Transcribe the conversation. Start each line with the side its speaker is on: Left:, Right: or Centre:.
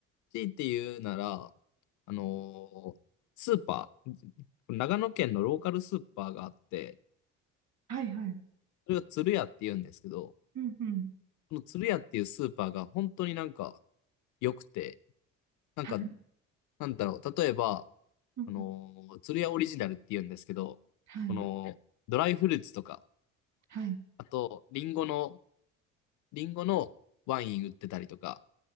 Left: 強いて言うなら、あのースーパー、長野県のローカルスーパーがあって、
Right: はいはい。
Left: それが鶴屋って言うんですけど、
Right: うんうん。
Left: この鶴屋っていうスーパーが本当になんか良くて、なんか、
Right: はい。
Left: なんだろう、例えば、
Right: うんうん
Left: あのー鶴屋オリジナルって言うんですけど、
Right: はい。
Left: この、ドライフルーツとか、
Right: はい。
Left: あと、リンゴの、リンゴのワイン売ってたりとか、